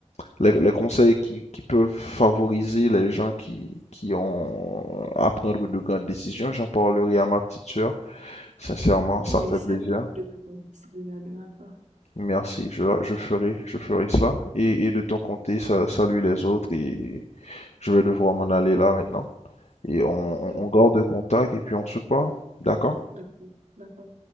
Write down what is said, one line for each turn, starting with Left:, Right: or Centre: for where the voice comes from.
Left: les, les conseils qui, qui peuvent favoriser les gens qui, qui ont à prendre de grandes décisions. J'en parlerai à ma petite sœur. Sincèrement, ça
Right: Oui,
Left: fait
Right: ça
Left: plaisir.
Right: de ma part. Ça de ma part.
Left: Merci, je, je ferai, je
Right: D'accord.
Left: ferai cela. Et, et de ton côté, sa- salut les autres et je vais devoir m'en aller là maintenant. Et on
Right: D'accord.
Left: on garde contact et puis on se parle. D'accord?
Right: D'accord. D'accord.